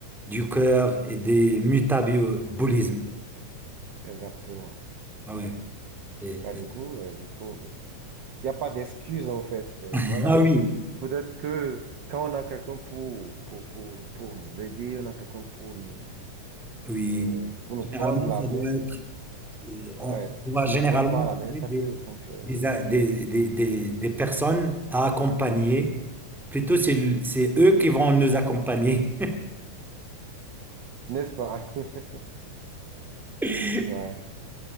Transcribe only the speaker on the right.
exactement.
Ouais.
Bah, du coup, euh, il faut... Il n'y a pas d'excuse en fait. Ben,
voilà.
Peut-être que quand on a quelqu'un pour, pour, pour, pour nous aider, on a quelqu'un pour nous,
euh, pour nous
prendre la
main,
ouais,
pour
nous prendre par
la main, ça
peut fonctionner,
n'est-ce pas? <laughs>
Ouais.